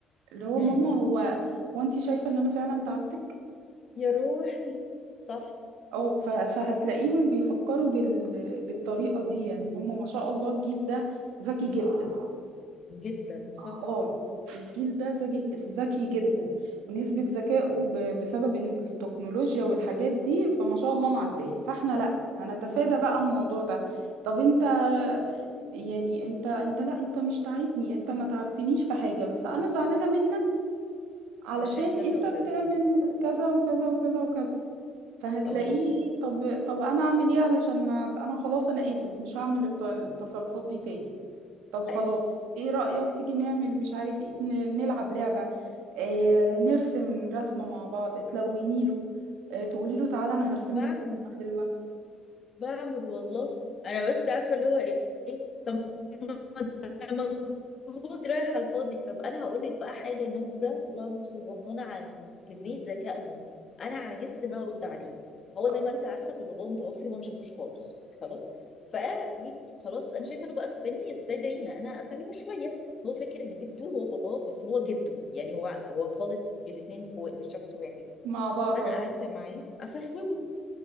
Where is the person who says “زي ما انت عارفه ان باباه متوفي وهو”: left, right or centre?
Left